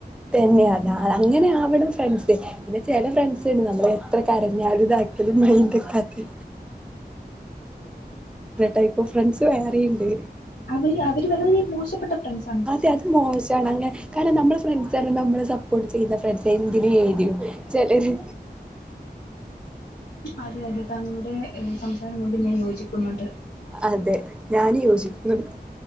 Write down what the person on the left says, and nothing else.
അവര് അവര് വളരെ മോശപ്പെട്ട ഫ്രണ്ട്സ്
അതെ അതെ താങ്കളുടെ സംസാരം കൊണ്ട് ഞാൻ യോജിക്കുന്നുണ്ട്